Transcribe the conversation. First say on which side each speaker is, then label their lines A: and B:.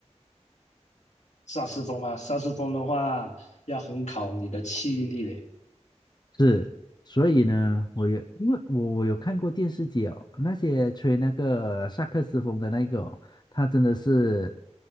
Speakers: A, on the left; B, on the left.
A: 萨斯风吗？萨斯风的话要很考你的气力嘞。
B: 是，所以呢，我有因为我我有看过电视剧哦，那些吹那个萨克斯风的那个哦，他真的是